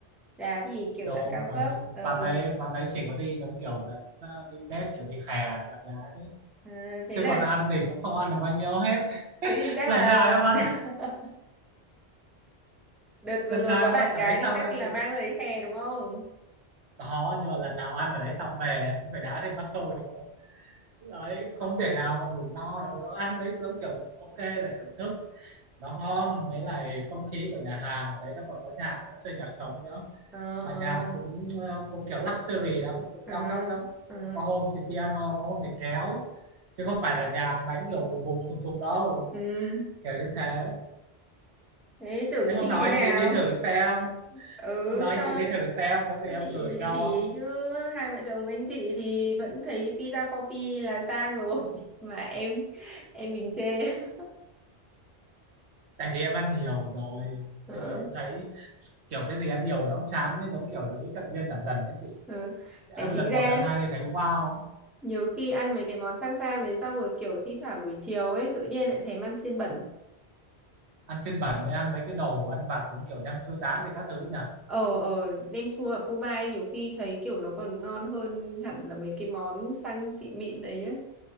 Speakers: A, in the centre; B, on the right.
A: Giá thì kiểu
B: đồ
A: dạng cao
B: quán
A: cấp.
B: đấy
A: Ờ,
B: quán đấy quán đấy chỉ có đi giống kiểu dẫn ờ, đi date kiểu đi khè bạn gái đấy
A: à,
B: chứ
A: thế là
B: còn ăn thì cũng không ăn được bao nhiêu hết
A: thế thì chắc
B: <laughs> lần
A: là
B: nào em ăn
A: <laughs> đợt vừa
B: lần
A: rồi
B: nào
A: có
B: em
A: bạn
B: ăn ở
A: gái
B: đấy
A: thì
B: xong
A: chắc
B: em
A: là
B: cũng
A: mang ra đấy khè đúng không?
B: có nhưng mà lần nào ăn ở đấy xong về là em cũng phải đá thêm bát xôi nữa đấy không
A: <laughs>
B: thể nào mà đủ no được ăn đấy giống kiểu ok là thưởng thức nó ngon mấy lại không khí của nhà hàng ở đấy nó còn có nhạc nữa chơi nhạc sống nữa
A: Ờ
B: mà
A: ờ
B: nhạc cũng ờ, cũng kiểu luxury lắm cũng
A: ờ
B: cao cấp lắm
A: ờ.
B: có hôm thì piano có hôm thì kéo chứ không phải là nhạc đánh kiểu bùm bùm thùng thùng đâu
A: Ừ.
B: kiểu như thế
A: Thế tưởng
B: đấy hôm
A: sĩ
B: nào
A: thế
B: anh
A: nào?
B: chị đi thử xem
A: Ừ,
B: hôm nào anh
A: cho
B: chị đi thử xem có
A: cho
B: gì em
A: chị
B: gửi
A: địa
B: cho
A: chỉ chứ hai vợ chồng anh chị thì vẫn thấy pizza for pi là sang rồi <laughs> mà em em mình chê. <laughs>
B: tại vì em ăn nhiều rồi
A: Ừ,
B: nên là em thấy kiểu cái gì ăn nhiều nó cũng chán ấy giống kiểu lấy cận biên giảm dần đấy chị
A: ừ.
B: ăn
A: Đấy, chính
B: lần
A: ra
B: một lần hai thì thấy wow
A: nhiều khi ăn mấy cái món sang sang đấy xong rồi kiểu thi thoảng buổi chiều ấy tự nhiên lại thèm ăn xiên bẩn.
B: ăn xiên bẩn mới ăn mấy cái đồ ăn vặt giống kiểu nem chua rán thì các thứ nhỉ
A: Ờ ờ nem chua ở phô mai nhiều khi thấy kiểu nó còn ngon hơn hẳn là mấy cái món sang xịn mịn đấy nhá.